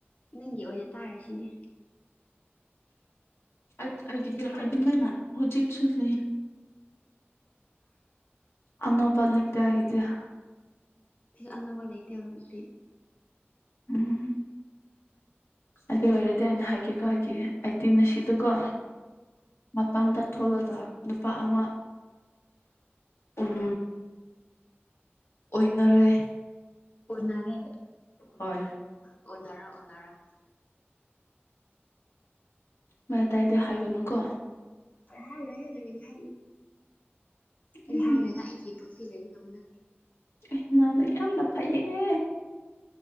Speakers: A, on the left; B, on the left.
A: ꯅꯪꯒꯤ ꯑꯣꯏꯅ ꯇꯥꯔꯁꯤꯅꯦ
B: ꯑ ꯍꯥꯏꯒꯗꯣ ꯑꯗꯨꯗ ꯃꯅꯥ ꯍꯧꯖꯤꯠꯁꯨ ꯅ ꯑꯅꯣꯕꯜ ꯂꯤꯇꯦ ꯍꯥꯏꯒꯗꯌꯥ
A: ꯑꯅꯧꯕ ꯂꯩꯇ ꯍꯧꯖꯤꯦ
B: ꯎꯝ ꯑꯗꯨ ꯑꯣꯏꯔꯗꯤ ꯑꯅ ꯍꯥꯏꯒꯦ ꯀꯣ ꯍꯥꯏꯒꯦ ꯑꯩꯗꯤ ꯉꯁꯤꯗꯀꯣ ꯃꯄꯥꯟꯗ ꯊꯣꯛꯂꯒ ꯅꯨꯄꯥ ꯑꯃ ꯎꯝ ꯑꯣꯏꯅꯟꯅꯔꯦ
A: ꯑꯣꯟꯅꯔꯦ
B: ꯍꯣꯏ
A: ꯑꯣꯟꯅꯔ ꯑꯣꯟꯅꯔ
B: ꯃ ꯇꯥꯏꯗ ꯈꯥꯏꯒꯅꯨ ꯀꯣ
A: ꯍꯥꯎ ꯔ ꯆ ꯌꯥ ꯑꯩ
B: ꯎꯝ
A: ꯍꯥꯏꯔꯒ ꯑꯩꯒꯤ ꯄ꯭ꯔꯣꯐꯤ ꯂꯩꯒꯗꯕ ꯅꯠꯇꯦ
B: ꯑꯩ ꯅꯪꯅ ꯌꯥꯝꯅ ꯐꯩꯌꯦ